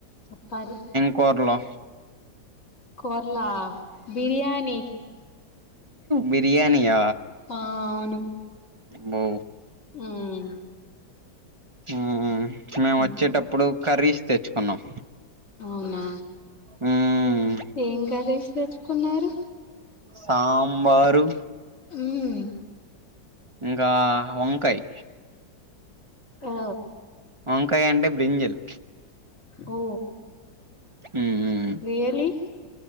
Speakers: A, on the left; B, on the right.
A: చెప్పాలి
B: కుర్లు
A: కుర్లా బిర్యానీ
B: బిర్యానియా
A: ఆ అవును
B: బో
A: మ్
B: మ్ మేము వచ్చేటప్పుడు
A: ఉమ్
B: కర్రీస్ తెచ్చుకున్నాం
A: అవునా
B: మ్మ్
A: ఏం కర్రీస్ తెచ్చుకున్నారు
B: సాంబారు
A: మ్
B: ఇంకా వంకయ్
A: ఆ
B: వంకాయ్ అంటే బ్రింజల్
A: ఓ
B: మ్ మ్
A: రియ్యళ్ళి